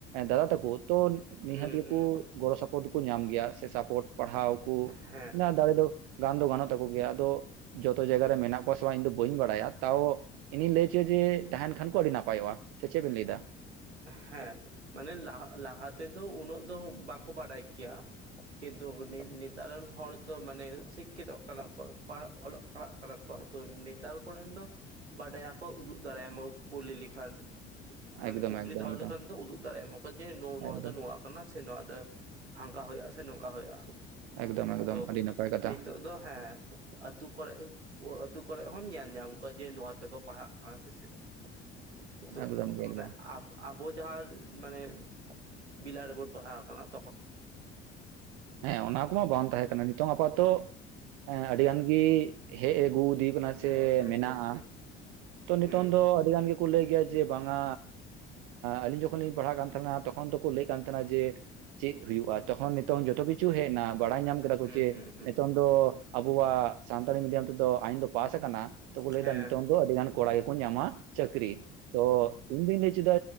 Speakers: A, on the right; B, on the right.
A: ᱫᱟᱫᱟ ᱛᱟᱠᱚ ᱛᱚ ᱱᱤᱦᱟᱹᱛ
B: ᱦᱩᱸ
A: ᱜᱮᱠᱚ
B: ᱦᱩᱸ ᱦᱩᱸ
A: ᱜᱚᱲᱚ ᱥᱚᱯᱚᱦᱚᱫ ᱫᱚᱠᱚ ᱧᱟᱢ ᱜᱮᱭᱟ ᱥᱮ ᱥᱟᱯᱳᱚᱴ ᱯᱟᱲᱦᱟᱣ ᱠᱚ,
B: ᱦᱮᱸ
A: ᱚᱱᱟ ᱫᱟᱲᱮ ᱫᱚ ᱜᱟᱱ ᱫᱚ ᱜᱟᱱᱚᱜ ᱛᱟᱠᱚ ᱜᱮᱭᱟ, ᱟᱫᱚ ᱡᱚᱛᱚ ᱡᱟᱭᱜᱟ ᱨᱮ ᱢᱮᱱᱟᱜ ᱠᱚᱣᱟ ᱥᱮ ᱵᱟᱝ ᱤᱧ ᱫᱚ ᱵᱟᱹᱧ ᱵᱟᱲᱟᱭᱟ, ᱛᱟᱣ ᱤᱧᱤᱧ ᱞᱟᱹᱭ ᱚᱪᱚᱭᱟ ᱡᱮ ᱛᱟᱦᱮᱱ ᱠᱷᱟᱱ ᱠᱚ ᱟᱹᱰᱤ ᱱᱟᱯᱟᱭᱚᱜᱼᱟ ᱥᱮ ᱪᱮᱫ ᱵᱮᱱ ᱞᱟᱹᱭ ᱫᱟ
B: ᱦᱮᱸ ᱢᱟᱱᱮ ᱞᱟᱦᱟ ᱞᱟᱦᱟ ᱛᱮᱫᱚ ᱩᱱᱟᱹᱜ ᱫᱚ ᱵᱟᱠᱚ ᱵᱟᱰᱟᱭ ᱠᱮᱭᱟ ᱠᱤᱱᱛᱩ ᱱᱮᱛᱟᱨᱮᱱ ᱦᱚᱲ ᱫᱚ ᱢᱟᱱᱮ ᱥᱤᱠᱠᱷᱤᱛᱚᱜ ᱠᱟᱱᱟ ᱠᱚ ᱯᱟᱲᱦᱟᱜ ᱚᱞᱚᱜ ᱯᱟᱲᱦᱟᱜ ᱠᱟᱱᱟ ᱠᱚ ᱛᱚ ᱱᱮᱛᱟᱨ ᱠᱚᱨᱮᱱ ᱫᱚᱼᱼ ᱵᱟᱰᱟᱭᱟ ᱠᱚ ᱩᱫᱩᱜ ᱫᱟᱲᱮᱭ ᱟᱢᱟ ᱠᱚ ᱠᱩᱞᱤ ᱞᱮᱠᱷᱟᱱ ᱢᱟᱱᱮᱼᱼ
A: ᱮᱠᱫᱚᱢ
B: ᱠᱩᱠᱞᱤ
A: ᱮᱠᱫᱚᱢ
B: ᱫᱚᱦᱚ
A: ᱮᱠᱫᱚᱢ
B: ᱞᱮᱠᱷᱟᱱ ᱫᱚ ᱩᱫᱩᱜ ᱫᱟᱲᱮᱭᱟ ᱢᱟᱠᱚ ᱡᱮ ᱱᱚᱣᱟ
A: ᱮᱠᱫᱚᱢ
B: ᱫᱚ ᱱᱚᱣᱟ ᱠᱟᱱᱟ ᱥᱮ ᱱᱚᱣᱟ ᱫᱚ ᱦᱟᱝᱠᱟ ᱦᱩᱭᱩᱜᱼᱟ ᱥᱮ ᱱᱚᱝᱠᱟ ᱦᱩᱭᱩᱜᱼᱟ
A: ᱮᱠᱫᱚᱢ ᱮᱠᱫᱚᱢ
B: ᱛᱚ
A: ᱟᱹᱰᱤ ᱱᱟᱯᱟᱭ ᱠᱟᱛᱷᱟ
B: ᱱᱤᱛᱚᱜ ᱫᱚ ᱦᱮᱸ ᱟᱹᱛᱩ ᱠᱚᱨᱮᱜ ᱟᱹᱛᱩ ᱠᱚᱨᱮᱜ ᱦᱚᱢ ᱧᱮᱞ ᱧᱟᱢ ᱠᱚᱣᱟ ᱡᱮ ᱱᱚᱣᱟ ᱛᱮᱠᱚ ᱯᱟᱲᱦᱟᱜ ᱠᱟᱱᱟ ᱥᱮ ᱪᱮᱫ <unintelligible>
A: ᱮᱠᱫᱚᱢ ᱜᱮ ᱮᱠᱫᱚᱢ
B: ᱟᱵᱚ ᱟᱵᱚ ᱡᱟᱦᱟᱸ ᱢᱟᱱᱮ ᱵᱮᱞᱟ ᱨᱮᱵᱚᱱ ᱯᱟᱲᱦᱟᱣ ᱟᱠᱟᱱᱟ
A: ᱦᱮᱸ ᱚᱱᱟ ᱠᱚᱢᱟ ᱵᱟᱝ ᱛᱟᱦᱮᱸ ᱠᱟᱱᱟ ᱱᱤᱛᱚᱝ ᱟᱯᱟᱛᱚ ᱦᱮᱸ ᱟᱹᱰᱤ ᱜᱟᱱ ᱜᱤ ᱦᱮᱜ ᱟᱜᱩ ᱫᱤᱯᱼᱼ <unintelligible> ᱥᱮ
B: ᱦᱩᱸ ᱦᱩᱸ
A: ᱢᱮᱱᱟᱜᱼᱟ
B: ᱦᱩᱸ
A: ᱛᱚ ᱱᱤᱛᱚᱝ
B: ᱦᱩᱸ
A: ᱫᱚ ᱟᱹᱰᱤ ᱜᱟᱱ ᱜᱮ ᱞᱟᱹᱭ ᱜᱮᱭᱟ ᱡᱮ ᱵᱟᱝᱟ ᱟᱹᱞᱤᱧ ᱡᱚᱠᱷᱚᱱ ᱞᱤᱧ ᱯᱟᱲᱦᱟᱜ ᱠᱟᱱ ᱛᱟᱦᱮᱱᱟ ᱛᱚᱠᱷᱚᱱ ᱫᱚᱠᱚ ᱞᱟᱹᱭᱮᱫ ᱠᱟᱱ ᱛᱟᱦᱮᱱᱟ ᱡᱮ, ᱪᱮᱫ ᱦᱩᱭᱩᱜᱼᱟ ᱛᱚᱠᱷᱚᱱ ᱱᱤᱛᱚᱝ ᱡᱚᱛᱚ ᱠᱤᱪᱷᱩ ᱦᱮᱡ ᱮᱱᱟ ᱵᱟᱲᱟᱭ ᱧᱟᱢ ᱠᱮᱫᱟ ᱠᱚ ᱡᱮ
B: ᱦᱩᱸ ᱦᱩᱸ
A: ᱱᱤᱛᱚᱝ
B: ᱦᱩᱸ ᱦᱩᱸ
A: ᱫᱚ ᱟᱵᱚᱣᱟᱜ ᱥᱟᱱᱛᱟᱲᱤ ᱢᱤᱰᱤᱭᱟᱢ ᱛᱮᱫᱚ ᱟᱭᱤᱱ ᱫᱚ ᱯᱟᱥ ᱟᱠᱟᱱᱟ ᱛᱚᱠᱚ ᱞᱟᱹᱭ
B: ᱦᱮᱸ
A: ᱮᱫᱟ ᱱᱤᱛᱚᱝ ᱛᱚ ᱟᱹᱰᱤ ᱜᱟᱱ ᱠᱚᱲᱟ ᱜᱮᱠᱚ ᱧᱟᱢᱟ ᱪᱟᱹᱠᱨᱤ ᱛᱚᱼᱼ ᱤᱧ ᱫᱩᱧ ᱞᱟᱹᱭ ᱦᱚᱪᱚᱭ ᱫᱟ